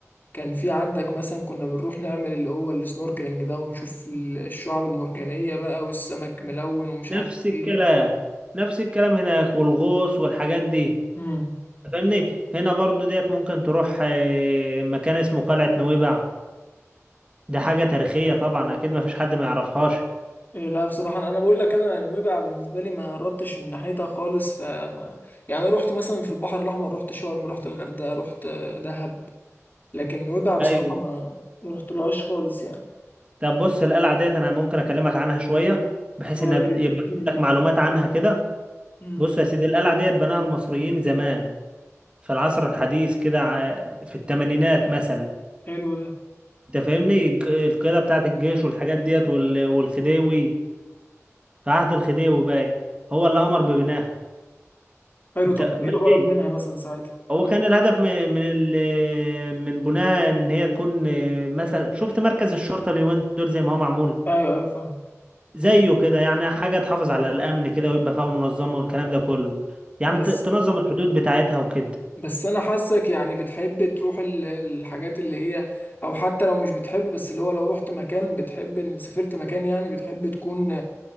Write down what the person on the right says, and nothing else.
نفس
الكلام
نفس الكلام هناك والغوص والحاجات دي
انت فاهمني هنا برضو ديت ممكن تروح آه، مكان اسمه قلعة نويبع ده حاجة تاريخية طبعا اكيد ما فيش حد ما يعرفهاش
ايوه
طب بص القلعة ديت انا ممكن اكلمك عنها شوية بحيث
ان
يبقى
عندك
معلومات عنها كده
بص يا سيدي القلعة ديت بناها المصريين زمان في العصر الحديث كده ع- في الثمانينات مثلا
انت فاهمني الج- القيادة بتاعت الجيش والحاجات ديت وال- والخديوي في عهد الخديوي باين هو اللي أمر ببنائها
انت
ماشي
هو كان الهدف من من ال- من بنائها ان هي تكون مثلا شفت مركز الشرطة اليومين دول زي ما هو معمول
زيه كده يعني حاجة تحافظ على الأمن كده ويبقى فيها منظمة والكلام ده كله يعني
ت- تنظم الحدود بتاعتها وكده